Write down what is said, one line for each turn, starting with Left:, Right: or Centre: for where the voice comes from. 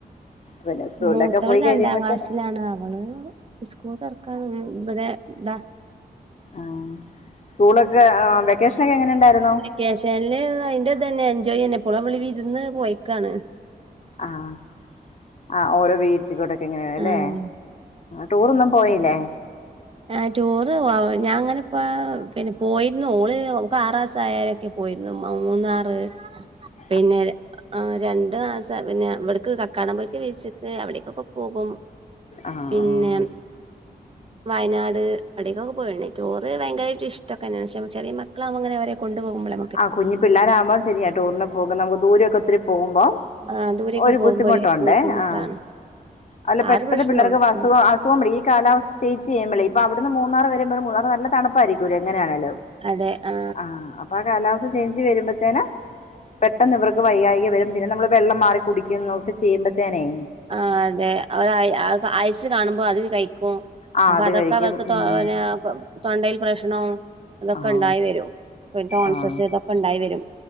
Left: പിന്നെ സ്കൂളിലൊക്കെ
Right: മൂത്തവൾ
Left: പോയി കഴിയുമ്പോത്തേന്
Right: രണ്ടാം ക്ലാസ്സിലാണ് അവള് സ്കൂൾ തൊറക്കാൻ ഉം ഇവടെ ഇതാ
Left: ആഹ് സ്കൂളൊക്കെ ആഹ് വെക്കേഷനൊക്കെ എങ്ങനെണ്ടായിരു
Right: വെക്കേഷൻല് അയിന്റെ ഇതെന്നെ എൻജോയ്ന്നെ ഇപ്പളും നമ്മള് വിരുന്ന് പോയക്കാണ്
Left: ആഹ് ആഹ് ഓരോ വീ കൊച്ചിക്കോടൊക്കെ എങ്ങനെയ അല്ലേ
Right: ആഹ്
Left: ടൂറോന്നും പോയില്ലേ
Right: ആ ടൂറ് ഞാൻ അങ്ങനെപ്പ പിന്നെ പോയിരുന്നു ഓള് ഓക്ക് ആറാസായാലൊക്കെ പോയിരുന്നു മൂന്നാറ്
Left: ഉം
Right: പിന്നെ ആഹ് രണ്ടു മാസ പിന്നെ ഇവിടക്ക് കക്കാടം പോയിക്കെ വിച്ചക്ക് അവിടക്ക് കൊ പോകും
Left: ആ ആ
Right: പിന്നെ വയനാട് അടേക്കെക്കെ പോയണ് ടൂറ് ഭയങ്കരയിട്ട് ഇഷ്ടക്കെന്നെയാണ് പക്ഷെ ചെറിയ മക്കളവുമ്പോ ങ്ങനെ അവരെ കൊണ്ട് പോകുമ്പോള്
Left: ആഹ് കുഞ്ഞി പിള്ളാരാകുമ്പ ശരിയാ ടൂറിന് പോക നമുക്ക് ദൂരൊക്കെ ഒത്തിരി പോക്മ്പം
Right: ആ ദൂരെയൊക്കെ
Left: ഒരു
Right: പോകുമ്പോ
Left: ബുദ്ധിമുട്ടുണ്ടേ
Right: ബുദ്ധിമുട്ടാണ്
Left: ആഹ് അല്ല
Right: ആ
Left: പെട്ടെന്ന്
Right: ഒരു പ്രശ്നേ
Left: പിള്ളേർക്ക്
Right: ഉള്ളൂ പക്ഷെ
Left: വസുഖ അസ് അസുഖം പിടി ഈ കാലാവസ്ഥ ചേഞ്ച് ചെയ്യുമ്പഴേ ഇപ്പ അവിടുന്ന് മൂന്നാർ വരുമ്പ മൂന്നാർ നല്ല തണുപ്പായിരിക്കുലെ എങ്ങനെയാണെലും
Right: അതെ ആ
Left: ആഹ് അപ്പ ആ കാലാവസ്ഥ ചേഞ്ച് വരുമ്പോത്തേന് പെട്ടെന്ന് ഇവർക്ക് വെയ്യായ്ക വരും. പിന്നെ നമ്മള് വെള്ളം മാറി കുടിക്കുംന്നൊക്കെ ചെയ്യുമ്പോത്തേനേ.
Right: ആഹ് അതെ അവര് അയിസ് കാണുമ്പോ അത് കഴിക്കും.
Left: ആഹ്
Right: അപ്പ
Left: അത്
Right: അതൊക്കെ
Left: കഴിക്കും
Right: അവർക്ക്
Left: ഉം
Right: തോനെ ആവുമ്പം തൊണ്ടയിൽ പ്രഷ്നം അതൊക്കെണ്ടായി
Left: ആഹ്
Right: വരും പി ടോൺസസ്
Left: ആഹ്
Right: ഇതൊക്കെണ്ടായി വരും.